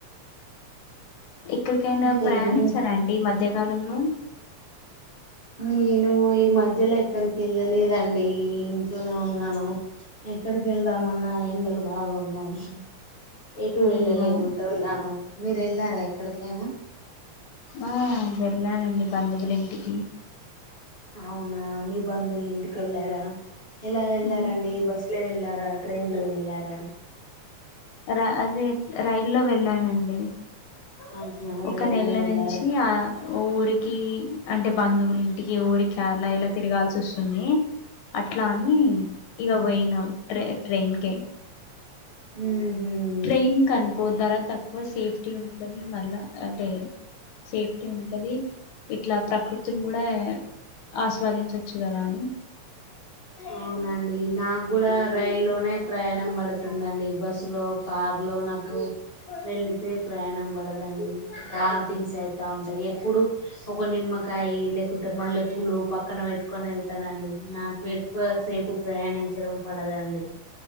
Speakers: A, on the left; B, on the left.
A: ఏక్కడికైనా
B: నేను
A: ప్రయాణించారా అండి ఈ మధ్యకాలంలో
B: నేను ఈ మధ్యలో ఎక్కడికి వెళ్ళలేదండి ఇంట్లోనే ఉన్నాను ఎక్కడికి వెళ్దామన్నా ఎండలు బాగోన్నాయి ఎటు
A: అవునా
B: వెళ్ళలేకుంట ఉన్నాను మీరు వెళ్లారా ఎక్కడికైనా
A: ఆ వెళ్ళానండి బంధువుల ఇంటికి
B: అవునా మీ బంధువుల ఇంటికి వెళ్ళారా ఏలా వెళ్లారండి
A: హ్మ్
B: బస్ బస్ లో వెళ్లారా ట్రెైన్ లో వెళ్లారా
A: రా అదే రైల్లో వెళ్ళానండి
B: ఆహా
A: ఒక
B: రైల్లో
A: నెల
B: వెళ్ళారా
A: నుంచి ఆ ఊరికి అంటే బంధువులు ఇంటికి ఊరి కేరళ ఇలా తిరగాల్సి వస్తుంది అట్లా అని ఇగ పోయినం ట్రై ట్ట్రైన్ కే
B: ఊహు
A: ట్రైన్ కనుకో ధర తక్కువ సేఫ్టీ ఉంటది మళ్ళా అదే సేఫ్టీ ఉంటది ఇట్లా ప్రకృతిని కూడా ఆస్వాదించచ్చు కదా అని
B: అవునండి నాకు కూడా రైల్ లోనే ప్రయాణం పడుతుందండి బస్సు లో కార్లో నాకు వెళితే ప్రయాణం పడదండి వామ్ థింగ్స్ అయితా ఉంటాయి ఎప్పుడు ఒక నిమ్మకాయ లేకుంటే మల్లెపూలు పక్కన పెట్టుకొని వెళ్తానండి నాకు ఎక్ ఎక్కువసేపు ప్రయాణించడం పడదండి